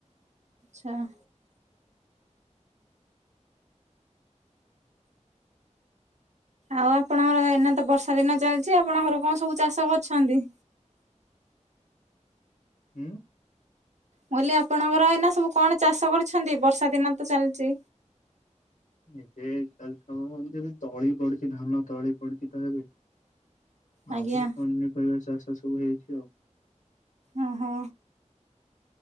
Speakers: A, on the right (about 65°); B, on the left (about 80°).
A: ଛାଆ। ଆଉ ଆପଣଙ୍କର ଏଇନାତ ବର୍ଷା ଦିନ ଚାଲିଚି! ଆପଣଙ୍କ ଘର କଣ ସବୁ ଚାଷ କରୁଛନ୍ତି!
B: ହୁଁ।
A: ମୁଁ କହିଲି ଆପଣଙ୍କର ଏଇନା ସବୁ କଣ ଚାଷ କରୁଛନ୍ତି ବର୍ଷା ଦିନ ତ ଚାଲିଛି।
B: ଏବେ ଚାଲିଥବ ଯେ ତଳି ପଡିଛି ଧାନ ତଳି ପଡିଛି ତ ଏବେ। ଆଉ
A: ଆଜ୍ଞା।
B: ପନିପରିବା ଚାଷ ସବୁ ହେଇଛି ଆଉ।
A: ଓହୋ।